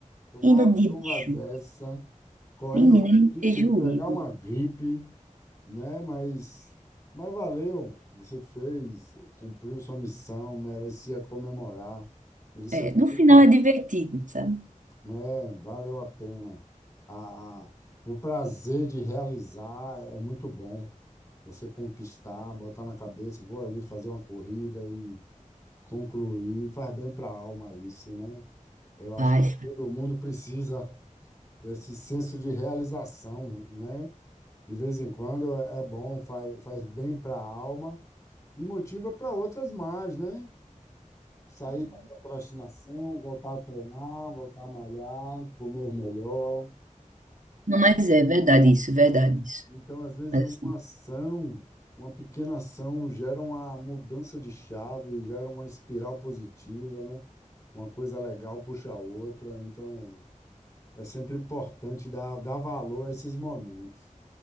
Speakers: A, on the left (about 25°); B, on the right (about 70°).
A: Tomar
B: E ainda
A: uma
B: dia
A: chuva
B: de chuva?
A: dessa, correndo
B: Menina,
A: tudo,
B: é muito prejuízo.
A: fi- pegar uma gripe, né? Mas, mas valeu. Você fez, cumpriu sua missão, merecia comemorar. Merecia
B: É,
A: ter
B: no final
A: uma
B: é divertido, sabe?
A: É, valeu a pena. A, a- o prazer de realizar é muito bom. Você conquistar, botar na cabeça, vou ali fazer uma corrida e concluir, faz bem para a alma isso, né? Eu acho
B: Paz.
A: que todo mundo precisa desse senso de realização, né? De vez em quando é bom, faz, faz bem para a alma e motiva para outras mais, né? Sair da procrastinação, voltar a treinar, voltar a malhar, comer melhor.
B: Não, mas é verdade isso, é verdade isso.
A: Então, às vezes,
B: Mas,
A: uma
B: assim,
A: ação, uma pequena ação, gera uma mudança de chave, gera uma espiral positiva, né? Uma coisa legal puxa a outra. Então, é sempre importante dar, dar valor a esses momentos.